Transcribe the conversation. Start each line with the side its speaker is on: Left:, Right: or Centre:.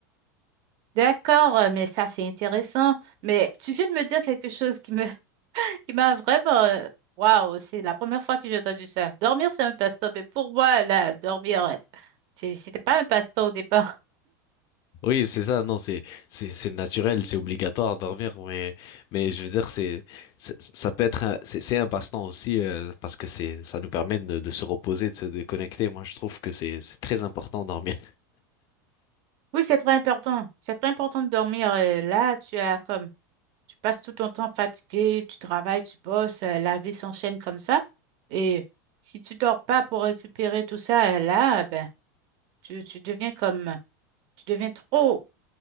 Right: d'accord, euh, mais ça, c'est intéressant. Mais tu viens de me dire quelque chose qui me, <laughs> qui m'a vraiment... euh, Waouh, c'est la première fois que j'ai entendu ça. Dormir, c'est un passe-temps, mais pour moi, là, dormir... C'est- C'était pas un passe-temps au départ.
Left: Oui, c'est ça, non, c'est, c'est, c'est naturel, c'est obligatoire de dormir, mais, mais je veux dire, c'est, c'est- ça peut être un, c'est, c'est un passe-temps aussi, euh, parce que c'est, ça nous permet de, de se reposer, de se déconnecter. Moi, je trouve que c'est, c'est très important de dormir.
Right: Oui, c'est très important. C'est très important de dormir. euh, Là, tu as comme tu passes tout ton temps fatigué, tu travailles, tu bosses, euh, la vie s'enchaîne comme ça. Et si tu dors pas pour récupérer tout ça, euh, là, ben, tu, tu deviens comme tu deviens trop